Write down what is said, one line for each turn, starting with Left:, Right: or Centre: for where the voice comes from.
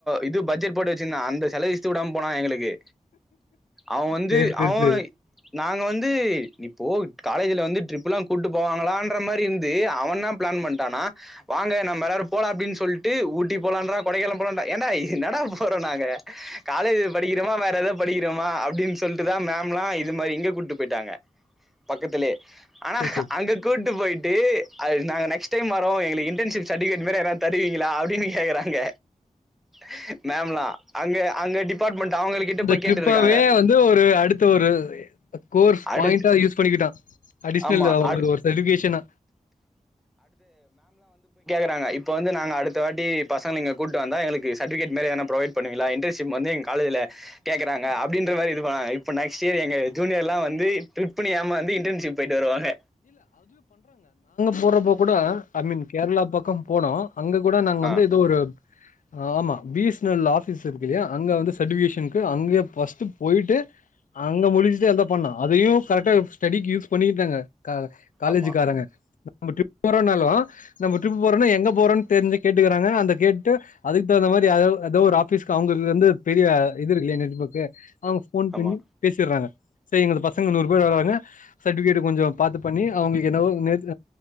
Centre: இது பட்ஜெட போட்டு வச்சிருந்த அந்த செலவச்சுட்டு விடாம போனா எங்களுக்கு அவ வந்து
Left: சரி, சரி,
Centre: அவ
Left: சரி,
Centre: நான் நாங்க வந்து இப்போ காலேஜ் வந்து ட்ரிப் எல்லா போவாங்களா மாறி இருந்து அவனா பிளான் பண்ணிட்டானா வாங்க நம்ம எல்லா போலா அப்டின்னு சொல்லிட்டு ஊட்டி போலன்றள் கொடைக்கானல் போலன்ற ஏண்டா இன்னடா போறோம் நாங்க காலேஜ் படிக்கிறோமா வேற எத வலி ம்மல் அப்டின்னு சொல்லிட்டுதான் நாம்ல இது மாரி இங்க கூட்டட்டு போயிட்டாங்க பக்கத்துலயே ஆனா
Left: சரி, சரி.
Centre: அங்க கூட்டு போயிட் ட்டே அதுகு நாங்க நெக்ஸ்ட் டைம் வரவே எங்களுக்கு இன்டன்ஷிப் சர்டிகேட்மோரி ஏதாது தருவிங்களாஅப்டின்னு கேக்குறாங்க ஹா மேம்லா அங்க அங்க டிபார்ட்மெண்ட் அவங்க ளகிட்டக் போய்
Left: திட்ப்பாவே
Centre: கேட்டுருக்காங்க
Left: வந்து ஒரு அடுத்த ஒரு கோர்ஸ்
Centre: அடுத்து
Left: பாயிண்டா யூஸ் பண்ணிக்கிட்டா அடிஷ்னல
Centre: ஆமா
Left: அவனுகு
Centre: அடு
Left: ஒரு தெட்டிஃபிகேசனா
Centre: ந்து இப்பவந்து அடுத்த வாட்டி பசங்இங்க கூட்டுவந்த எங்களுக்கு சட்டுவிகேட் மெரி எதுன ப்ரைவட் பண்ணுவிகளா இன்டன்ஷிப் வந்து எங்க கலோஜியில கேக்கறங்கு நெக்ஸ்ட் இயர் எங்க ஜூனியர் எலாம் வந்துட்ரிப் பண்ணியாமந்து இன்ர்ன்ஷிப் போயிட்டு வருவாங்க
Left: போரபோ அபகூட அட் மின் கேரளா பக்கம் போனோ அங்க கூட நாங்க வந்து
Centre: ஆ
Left: ஏதோ ஒரு ஆம்மா பிஎஸ்னல் ஆபிஸ் இருக்குலயா அங்க வந்து சட்டிபிகேஷனுக்கு அங்க ஃபஸ்ட் டு போயிட்டு அங்க முடிச்சுட்டு என பண்ணா அதயு கரெக்டா ஸ்டெடிக்கு யூஸ் பண்ணிக்கிட்டாங்க கா காலேஜுக்காராங்க
Centre: ஆமா
Left: நம்ம ட்ரிப் போறோனால நம்ம ட்ரிப் போறோனா எங்க போறோம்ன்னு தெரிஞ்சு கேட்டுக்கிறாங்க அந்த கேட்டு அதுக்கு தகுந்த மாரி அதோ ஒரு ஆபிஸ்க்கு அவங்களுக்கு இருந்து பெரிய இதுயிருக்கிலய நெட்ஒர்க் அவக போன் பண்ணி
Centre: ஆமா
Left: பேசியறாங் சேரி எங்க பசங்க நூறு பேர் வறாங்க சடிவிகேட் கொஞ்ச பாத்து பண்ணி அவங்களுக்கு என்னவோ நோத்